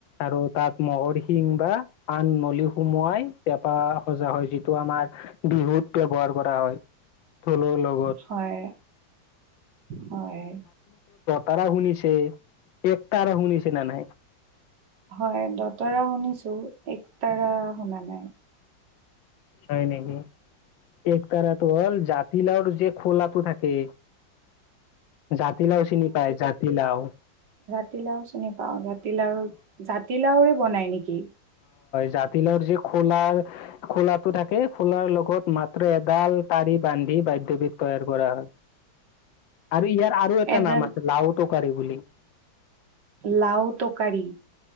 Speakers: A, on the left; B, on the right.
A: আৰু তাত মহৰ শিং বা আন নলি সোমোৱাই তপা সজা হয় যিটো আমাৰ। বিহুত ব্যৱহাৰ কৰা হয় থলুৰ লগত।
B: হয় হয়
A: তা শুনিছে এককাৰা শুনিছে ন নাই।
B: হয় দতৰা শুনিছো এক তাৰ শুনা নাই।
A: হয় নেকি। এক তাৰাটো হ'ল জাতিলৰ যে খোলটো থাকে। জাতিলাওঁ চিনি পায় জাতিলাওঁ।
B: জাতিলাওঁ চিনি পাওঁ জাতিলাওঁ জাতিলাওঁৰে বনাই নেকি।
A: জাতিলাও য খোলা খোলাটো থাকে খোলাৰ লগত মাত্ৰ এডাল তাৰি বান্ধি। বাদ্যবিধ তৈয়াৰ কৰা হয় আৰু ইয়। আৰু এটা
B: এডাল
A: নাম আছে লাওটকাৰী বুলি।
B: লাও তকাৰি